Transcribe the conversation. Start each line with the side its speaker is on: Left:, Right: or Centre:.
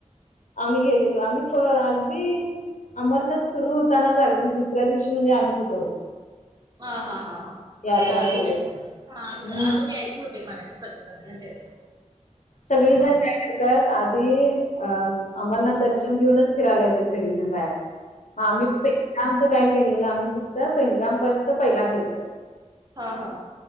Left: आम्ही गेलेलो, आम्ही फ अगदी अमरनाथ सुरु होतानाच, अगदी दुसऱ्या दिवशी, म्हणजे आम्ही तिथं होतो.
Right: हा हा हा हा. म्हणजे
Left: यात्रा
Right: अजून,
Left: सुरू होता
Right: हा. मग
Left: हम्म
Right: अजून यायचे होते, म्हणायला सगळेजण. म्हणजे
Left: सगळे
Right: हा
Left: जण का? त आधी अ अमरनाथ दर्शन घेऊनच फिराला येत्या. सगळेजण बाहेर. हा आम्ही पल आमच काय केलेलं. आम्ही फक्त पहिलगामपर्यंत पहिला केलत.
Right: हा हा.